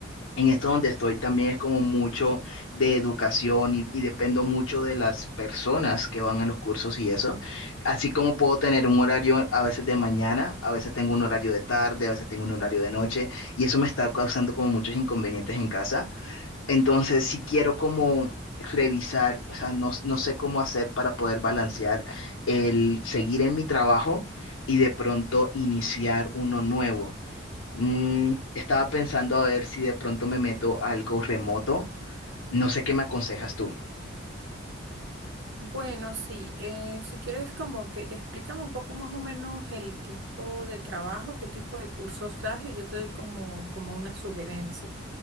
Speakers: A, on the left (about 80°); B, on the right (about 55°).
A: en esto donde estoy también es como mucho de educación y, y dependo mucho de las personas que van a los cursos y eso. Así como puedo tener un horario a veces de mañana, a veces tengo un horario de tarde, a veces tengo un horario de noche y eso me está causando como muchos inconvenientes en casa. Entonces, si quiero como revisar, o sea, no, no sé cómo hacer para poder balancear el seguir en mi trabajo y de pronto iniciar uno nuevo. Mm, estaba pensando a ver si de pronto me meto a algo remoto. No sé qué me aconsejas tú.
B: Bueno, sí, eh, si quieres como que explícame un poco más o menos el tipo de trabajo, qué tipo de cursos das y yo te doy como, como una sugerencia.